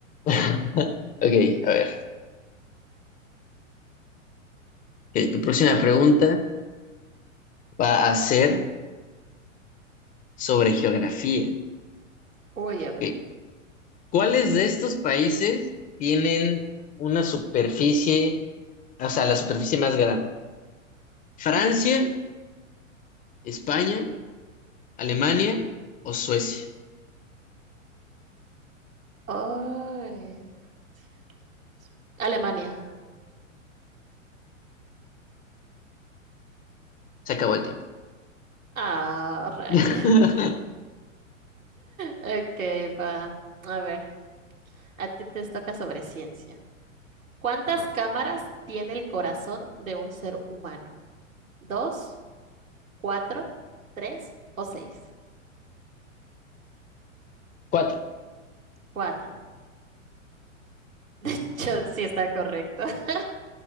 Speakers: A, on the left; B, on the right.
A: <laughs> Ok, a ver. Ok, tu próxima pregunta va a ser sobre geografía.
B: Uy, a ver.
A: Ok, ¿Cuáles de estos países tienen una superficie, o sea, la superficie más grande? ¿Francia, España, Alemania o Suecia?
B: Ay, Francia, Alemania.
A: Se acabó el tiempo.
B: Ah, ray.
A: <laughs>
B: <laughs> Ok, va. A ver, a ti te toca sobre ciencia. ¿Cuántas cámaras tiene el corazón de un ser humano? ¿Dos, cuatro, tres o seis?
A: Cuatro.
B: Cuatro. <laughs> De hecho, sí está correcto. <laughs>